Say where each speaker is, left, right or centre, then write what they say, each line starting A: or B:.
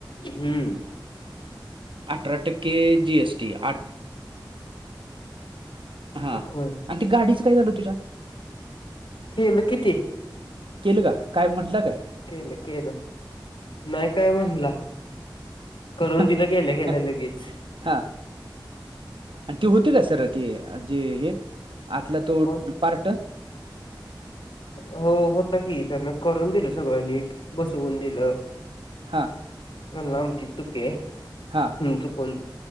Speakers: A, on the left; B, on the right.
A: हम्म
B: अठरा टक्के जीएस आठ हा,
A: होय
B: आणि ते गाडीच काय झाल तुझ्या?
A: केल कि ते
B: केल का काय म्हंटल काय?
A: केल केल नाही काय म्हणला? करून
B: काय
A: दिल गेल्या गेल्या लगेच.
B: हा आणि ते होते का सर ते जे हे आतला तो
A: कोण
B: पार्ट
A: हो, होता की त्यांन करून दिल सगळ नीट बसवून दिल
B: हा
A: म्हणला की आमची चा चुकीये
B: हा
A: चुकुन